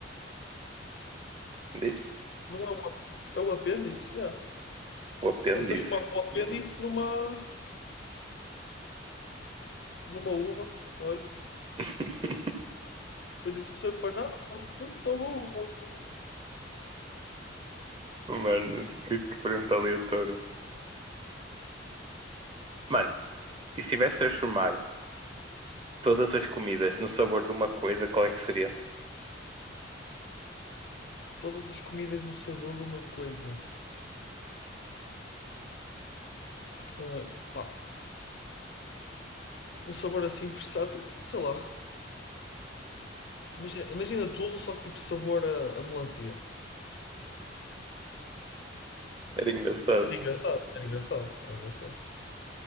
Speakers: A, on the right; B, on the left.
A: Diz?
B: não é um. É o apêndice, yeah.
A: O apêndice.
B: Então, transformava o apêndice
A: Uhum.
B: numa. numa uva. Olha,
A: <laughs>
B: o apêndice não serve para nada, não se curte, está uma uva.
A: Mano, que, que pergunta aleatória. Mano, e se tivesse de transformar todas as comidas no sabor de uma coisa, qual é que seria?
B: Todas as comidas no sabor de uma coisa. Ah, pá, um sabor assim versátil, sei lá. Imagina, imagina tudo, só que tipo sabor a, a melancia.
A: Era engraçado.
B: Era engraçado, era engraçado, era engraçado.